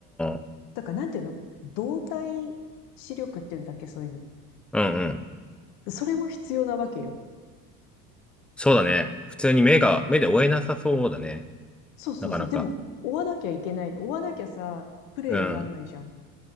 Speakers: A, in the centre; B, on the left (about 65°).
A: あ。
B: だからなんていうの動体視力っていうんだっけ、そういうの。
A: うんうん。
B: それも必要なわけよ。
A: そうだね。普通に目が、目で追えなさそうだね。
B: そうそうそう。
A: なかなか。
B: でも、追わなきゃいけない。追わなきゃさ、プレイになんないじゃん。
A: うん。